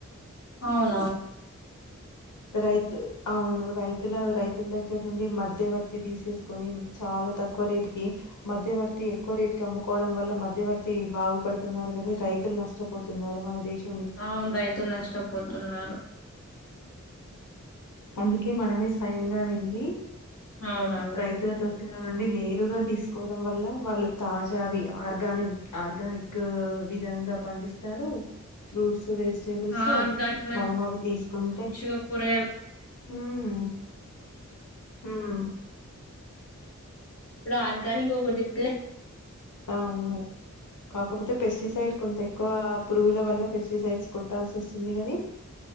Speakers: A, on the left; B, on the left.
A: ఔనౌను
B: రైతు ఔను రైతుల రైతుల్ దగ్గర నుండి మధ్యవర్తి దీసేస్కొని చాలా తక్కువ రేటికి మధ్యవర్తి ఎక్కువ రేటికి అమ్ముకోవడం వల్ల మధ్యవర్తి బాగుపడుతున్నారు. కని రైతులు నష్టపోతున్నారు మన దేశం
A: ఔన్ రైతులు నష్టపోతున్నారు
B: అందుకే మనమే స్వయంగా వెళ్ళీ
A: అవునండి
B: రైతుల దగ్గర నుండి నేరుగా తీసుకోవడం వల్ల వాళ్ళు తాజావి ఆర్గానివ్క్ ఆర్గానిక్ విధంగా పండిస్తారు. ఫ్రూట్స్ వెజిటేబుల్స్
A: ఆర్గానిక్
B: మనం అవి తీస్కుంటే
A: మంచిగా కూరగాయలు
B: హ్మ్ ఉమ్
A: ఇప్పుడ ఆర్గానిక్ వేటబ్లె
B: ఔను కాకపోతే పెస్టిసైడ్ కొంత ఎక్కువగా పురుగుల వల్ల పెస్టిసైడ్స్ కొట్టాల్సొస్తుంది గని